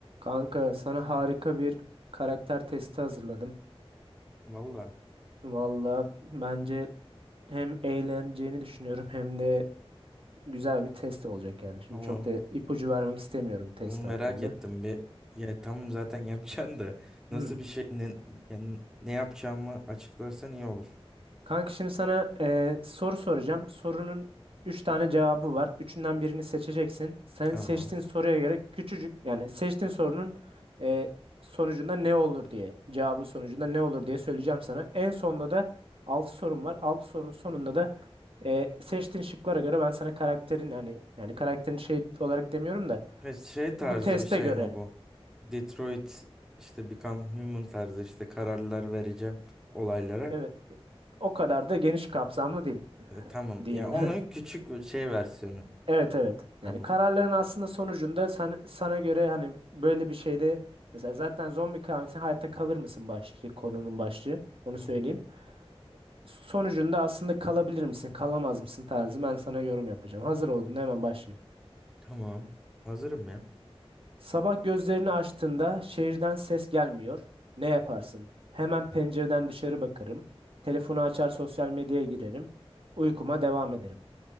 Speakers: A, on the right; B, in the centre.
A: Kanka sana harika bir karakter testi hazırladım.
B: Valla
A: Valla bence hem eğleneceğini düşünüyorum hem de güzel bir test olacak yani. Şimdi
B: tamam.
A: çok da ipucu vermek istemiyorum test
B: Ama merak
A: hakkında.
B: ettim bir. Ya tamam zaten <laughs> yapacaksın da nasıl
A: <clears throat>
B: bir şey ne, yani ne yapacağımı açıklarsan iyi olur.
A: Kanka şimdi sana eee, soru soracağım. Sorunun 3 tane cevabı var. Üçünden birini seçeceksin. Senin
B: Tamam.
A: seçtiğin soruya göre küçücük yani seçtiğin sorunun eee, sonucunda ne olur diye cevabı sonucunda ne olur diye söyleyeceğim sana. En sonunda da 6 sorum var. 6 sorunun sonunda da eee, seçtiğin şıklara göre ben sana karakterin hani yani karakterin şey olarak demiyorum da
B: Ve şey tarzı
A: bu teste
B: bir şey
A: göre
B: mi bu? Detroit işte Become Human tarzı işte kararlar vereceğim olaylara.
A: evet o kadar da geniş kapsamlı değil
B: E, tamam.
A: diyeyim.
B: Ya onun
A: <laughs>
B: küçük bir şey versiyonu.
A: Evet evet.
B: Tamam.
A: Yani kararların aslında sonucunda sen, sana göre hani böyle bir şeyde mesela zaten zombi kıyameti hayatta kalır mısın başlığı konunun başlığı onu söyleyeyim.
B: Hı hı.
A: Sonucunda aslında kalabilir misin kalamaz mısın tarzı ben sana yorum yapacağım. Hazır olun hemen başlayayım.
B: Tamam. Hazırım ya.
A: Sabah gözlerini açtığında şehirden ses gelmiyor. Ne yaparsın? Hemen pencereden dışarı bakarım. Telefonu açar sosyal medyaya girerim. Uykuma devam ederim.